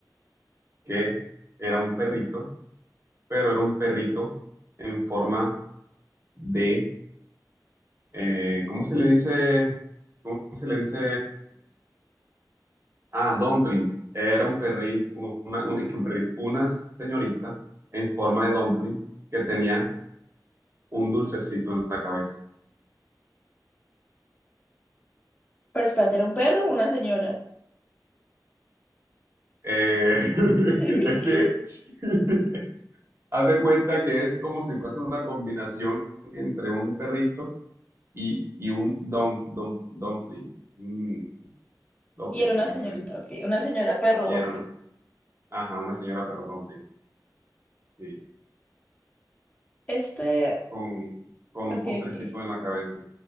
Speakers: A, on the right (about 35°); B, on the left (about 20°).
A: que era un perrito, pero era un perrito en forma de, eh, ¿cómo se le dice? ¿Cómo se le dice? Ah, dumplings. Era un perrito, una, un, <laughs> un perrito, una señorita en forma de dumpling que tenía un dulcecito en la cabeza.
B: Pero espérate, ¿era un perro o una señora?
A: Eh,
B: <laughs>
A: <laughs> es que <laughs> haz de cuenta que es como si fuese una combinación entre un perrito y, y un dom, dom, dumpling. Mm, dumpling,
B: Y era una
A: ¿cómo
B: señorita,
A: se le dice?
B: ok. Una señora perro
A: Y
B: dumpling.
A: era una, ajá, una señora perro dumpling, sí,
B: Este,
A: con, con
B: ok,
A: un postrecito
B: ok,
A: en la cabeza.